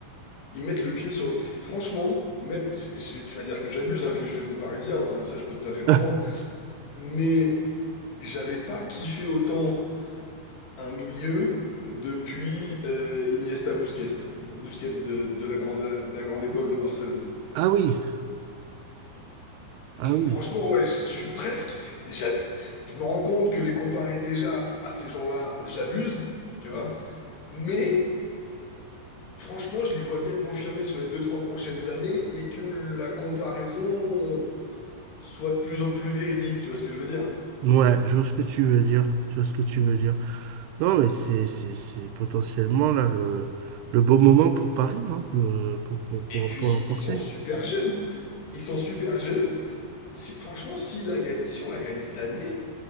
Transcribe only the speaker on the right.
<laughs>
Ah oui, ah oui.
Ouais, je vois ce que tu veux dire. Je vois ce que tu veux dire. Non, mais c'est c'est- c'est potentiellement là le, le beau moment pour Paris, hein, le- pour, pour,
pour,
pour l'emporter.